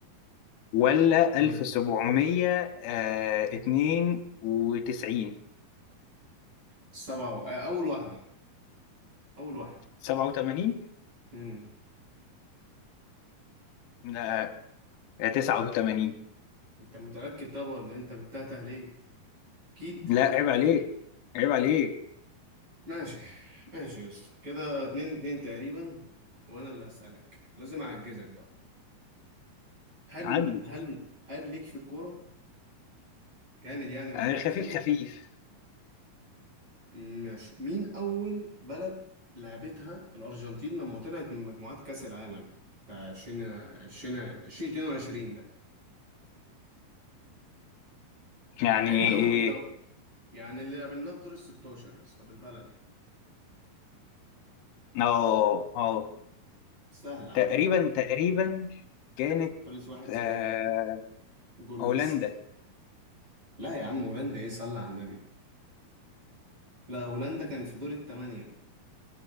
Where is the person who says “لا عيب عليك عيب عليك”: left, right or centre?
Left